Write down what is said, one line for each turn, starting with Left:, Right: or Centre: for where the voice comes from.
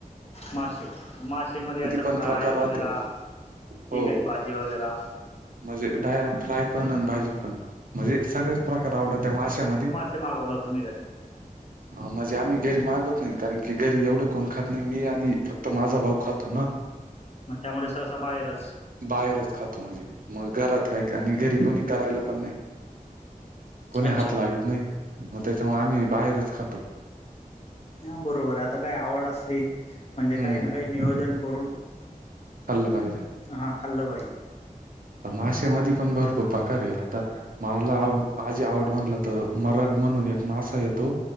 Left: माशे माशेमध्ये असं
Right: पण
Left: फ्राय
Right: प्रकार
Left: वगैरा
Right: राहते
Left: की
Right: हो
Left: काही भाजी वगैरा
Right: म्हणजे डा फ्राय पण आणि भाजी पण म्हणजे सगळेच प्रकार आवडत्या माश्यामध्ये
Left: ते मागवला तुम्ही कधी <inaudible>
Right: म्हणजे आम्ही घरी मागवत नाही कारण की घरी एवढं कोण खात नाही मी आणि फक्त माझा भाऊ खातो ना
Left: मग त्यामुळे सहसा बाहेरच
Right: बाहेरच खातो म्हणजे मग घरात काय आणि घरी कोणी करायला पण नाही कोणी
Left: अच्छा
Right: हात लावीत नाही मग त्याच्यामुळे आम्ही बाहेरच खातो
Left: हा बरोबर आहे आता काही आवड असली म्हणजे
Right: हम्म
Left: काही ना काही नियोजन करून
Right: खाल्लं पाहिजे.
Left: हां खाल्लं पाहिेजे
Right: माशामध्ये पण भरपूर प्रकार आहे आता मला माझी आवड म्हणलं तर मरड म्हणून एक मासा येतो